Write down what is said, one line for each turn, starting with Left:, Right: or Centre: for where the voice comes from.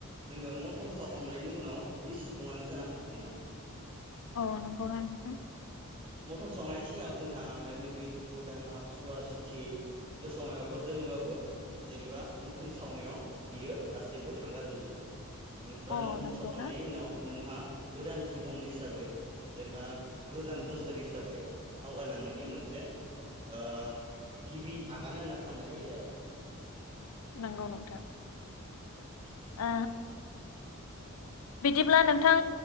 Right: जोङो मथम सावखांनायनि उनाव बि सुबुङानो जाना थाफिनानो ।
Left: अ नंगौ ना नोंथां?
Right: मथम सावनायनि सिगाङाव जोंहा मायबा माबि दुखु दाहा सुवाासथि गोसोआव माबाफोर दोङोबाबो जेनेबा मथम सावनायाव बियो गासैबो थांगार जबोनो ओमफ्राय
Left: अ
Right: मथम
Left: नंगौना
Right: सावखांनायनि उनाव नोंहा गोदान जिबन हिसाबै जेनेबा गोदान बोसोर हिसाबै आवगायलांनायनि मोनसे ओ गिबि आगान होनना साननाय जायो आरो।
Left: नंगौ नोंथां । ओ बिदिब्ला नोंथां